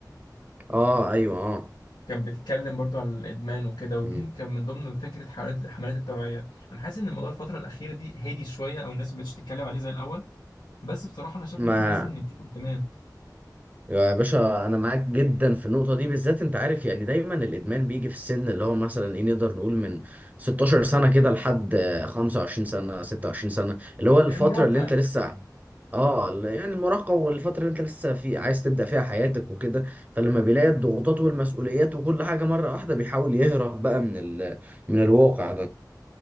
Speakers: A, on the right (about 25°); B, on the left (about 90°).
A: اه ايوه اه
B: كان بيتكلم برضو على الادمان وكده ودي
A: مم.
B: كان من ضمن فكره حملات حملات التوعيه انا حاسس ان الموضوع الفتره الاخيره دي هادي شويه او الناس ما بقتش تتكلم عليه زي الاول بس بصراحه انا شايف
A: ما
B: ان احنا لازم نديله اهتمام
A: يا باشا انا معاك جدا في النقطه دي بالذات انت عارف يعني دايما الادمان بيجي في السن اللي هو مثلا ايه نقدر نقول من 16 سنه كده لحد آه، 25 سنه 26 سنه اللي هو الفتره
B: المراهقه
A: اللي انت
B: يعني
A: لسه اه ال- يعني المراهقه والفتره اللي انت لسه في عايز تبدا فيها حياتك وكده فلما بيلاقي الضغوطات والمسؤوليات وكل حاجه مره واحده بيحاول يهرب بقى من ال... من الواقع ده